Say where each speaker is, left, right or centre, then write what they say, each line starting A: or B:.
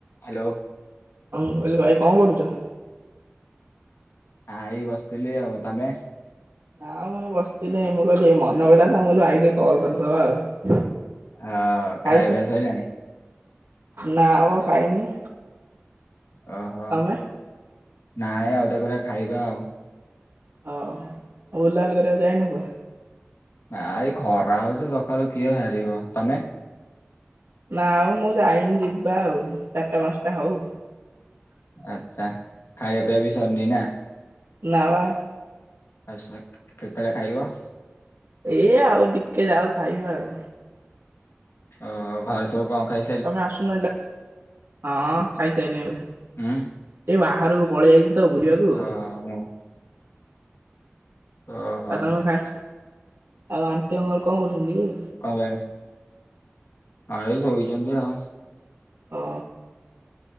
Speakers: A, on the left; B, on the right.
A: Hello.
B: ହଁ କହିଲି ଭାଇ କଣ କରୁଛ?
A: ନାଇଁ ବସିଥିଲି ଆଉ, ତମେ?
B: ନା ମୁଁ ଏ ବସିଥିଲି ମୁଁ କହିଲି ମନ କହିଲା ତ କହିଲ ଭାଇକି ଟିକେ କଲ୍ କରିଦବା ଆଉ।
A: ହଁ
B: ଖାଇସା
A: ଖାଇବା ସଇଲାଣି?
B: ନା ଆବ ଖାଇନି।
A: ଓହୋ,
B: ତମେ
A: ନାଇଁ ଆଉଟେ ପରେ ଖାଇବା ଆଉ।
B: ହଁ ବୁଲାବୁଲି କରିବାକୁ ଯାଇନ କୁହ?
A: ନାଇ ଖରା ହଉଛି ସକାଳୁ କିଏ ଭାରିବ, ତମେ?
B: ନା ଆଉ ମୁଁ ଯାଇନି ଯିବା ଆଉ ଚାରିଟା ପାଞ୍ଚଟା ହଉ।
A: ଆଚ୍ଛା ଖାଇବା ପିଆ ବି ସରନି ନା?
B: ନା ବା।
A: ଆସ କେତେବେଳେ ଖାଇବ?
B: ଏଇ ଆଉ ଟିକେ ଯାଉ ଖାଇବା ଆଉ।
A: ଅ ଘରେ ସବୁ କଣ ଖାଇ
B: ତମେ ଆସୁନ ଯ, ହଁ ଖାଇସାଇଲିଣୀ।
A: ହୁଁ
B: ଏ ବାହାରକୁ ପଳେଇ ଆଇଛି ତ ବୁୁରିବାକୁ।
A: ଓହୋ ଓହୋ
B: ଆଉ ତମେ ଖାଇ, ଆଉ ଆଣ୍ଟୀ ଅଙ୍କଲ କଣ କରୁଛନ୍ତି କି?
A: କଣ ପାଇଁ? ଏଇ ଶୋଇଛନ୍ତି ଆଉ।
B: ଓ।